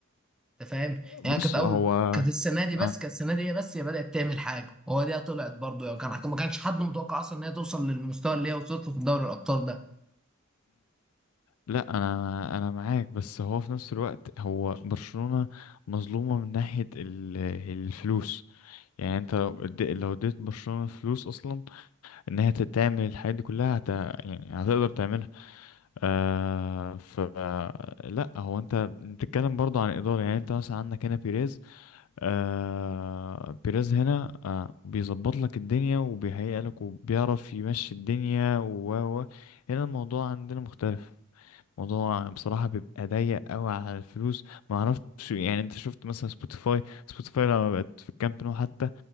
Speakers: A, in the centre; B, on the left (about 75°).
A: انت فاهم يعني
B: بص
A: كانت اول
B: هو
A: كانت السنه دي بس
B: اه
A: كانت السنه دي هي بس هي بدات تعمل حاجه هو دي طلعت برضه يعني كان ما كانش حد متوقع اصلا ان هي توصل للمستوى اللي هي وصلت له في دوري الابطال ده
B: لا انا انا معاك بس هو في نفس الوقت هو برشلونة مظلومة من ناحية ال- الفلوس يعني انت لو ادي لو اديت برشلونة فلوس اصلا ان هي تعمل الحاجات دي كلها هت يعني هتقدر تعملها آه ف لا هو انت بتتكلم برضه عن ادارة يعني انت مثلا عندك هنا بيريز آه بيريز هنا آه بيظبط لك الدنيا وبيهيئ لك وبيعرف يمشي الدنيا و و- هنا الموضوع عندنا مختلف موضوع بصراحة بيبقى ضيق قوي على الفلوس ما اعرفش يعني انت شفت مثلا سبوتيفاي سبوتيفاي لما بقت في الكامب نو حتى